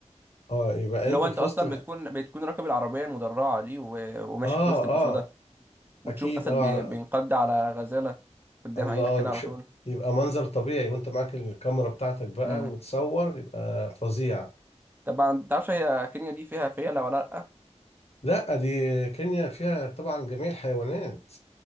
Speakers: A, on the left; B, on the right.
A: اه يبقى
B: اللي
A: انت
B: هو انت
A: في
B: اصلا
A: وسط
B: بتكون بتكون راكب العربية المدرعة دي و... وماشي
A: اه
B: في وسط الاسودة
A: اه
B: وتشوف
A: اكيد
B: اسد
A: اه
B: بي...
A: على
B: بينقض على غزالة قدام
A: الله
B: عينك كده على
A: شو...
B: طول
A: يبقى منظر طبيعي وانت معاك الكاميرا بتاعتك بقى
B: امم
A: وتصور يبقى فظيع
B: طبعا متعرفش هي كينيا دي فيها فيلة ولا لأ
A: لا دي كينيا فيها طبعا جميع الحيوانات